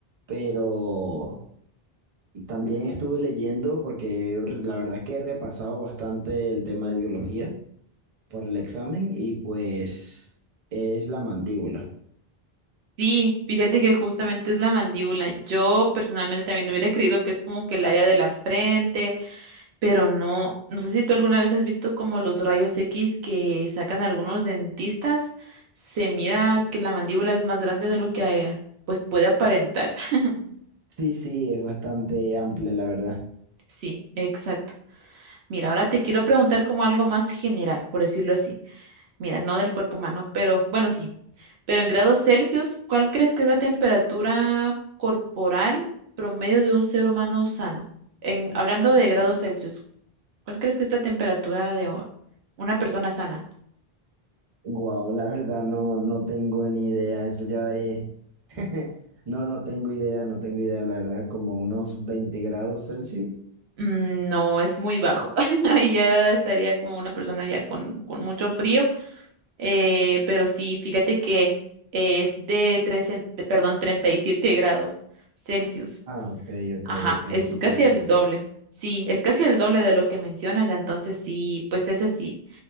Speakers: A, on the right (about 40°); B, on the right (about 85°).
A: pero también estuve leyendo porque re- la verdad que he repasado bastante el tema de biología por el examen y pues es la mandíbula.
B: Sí, fíjate que justamente es la mandíbula. Yo personalmente también hubiera creído que es como que el área de la frente pero no, no sé si tú alguna vez has visto como los rayos X que sacan algunos dentistas, se mira que la mandíbula es más grande de lo que eh, pues puede aparentar. <laughs>
A: Sí, sí, es bastante amplio, la verdad.
B: Sí, exacto. Mira, ahora te quiero preguntar como algo más general, por decirlo así. Mira, no del cuerpo humano, pero bueno, sí. Pero en grados Celsius, ¿cuál crees que es la temperatura corporal promedio de un ser humano sano? En, hablando de grados Celsius, ¿cuál crees que es la temperatura de o- una persona sana?
A: Wow, la verdad no, no tengo ni idea. Eso ya es. <laughs> No, no tengo idea, no tengo idea, la verdad, como unos veinte grados Celsius.
B: Mm, No, es muy bajo. <laughs> Ahí ya estaría como una persona ya con, con mucho frío. Eh, pero sí, fíjate que es de tres, en- de- perdón, treinta y siete grados Celsius.
A: Ah, ok, ok,
B: Ajá,
A: ok.
B: es
A: Interesante.
B: casi el doble. Sí, es casi el doble de lo que mencionas. Entonces sí, pues es así.